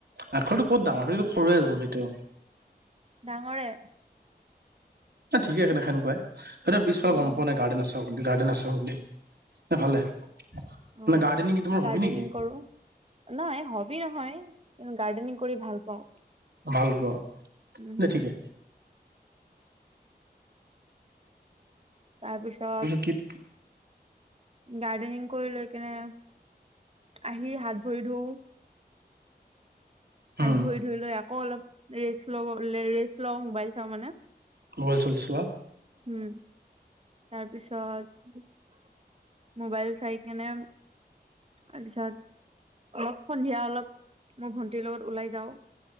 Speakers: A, on the right; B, on the right.
A: আগফালটো ক'ত ডাঙৰ হয়টো সৰুৱে যাব সেইটো।
B: ডাঙৰে।
A: ঠিকে কেনে সেনেকুৱাই পিছফালে
B: উম
A: গম
B: হম
A: পোৱা নাই গাৰ্ডেনখন আছে। <unintelligible> গাৰ্ডেন আছে বুলি ভালে
B: অ
A: গাৰ্ডেনিং তোমাৰ
B: গাৰ্ডেনিং
A: হবি নেকি?
B: কৰো নাই হবি নহয়, কিন্তু গাৰ্ডেনিং কৰি ভাল পাওঁ।
A: অ', ভাল পোৱা,
B: উম
A: নাই
B: হম
A: ঠিকে।
B: তাৰপিছত
A: কিত
B: গাৰ্ডেনিং কৰি লৈ কিনে আহি হাত ভৰি ধো।
A: উম
B: হাত ভৰি ধুই লৈ আকৌ অলপ ৰেষ্ট লব ৰেষ্ট লওঁ মোবাইল চাওঁ মানে।
A: মোবাইল চোবাই চোৱা।
B: হম, তাৰপিছত মোবাইল চাই কেনে তাৰপিছত অলপ সন্ধিয়া অলপ মোৰ ভন্টিৰ লগত ওলাই যাওঁ।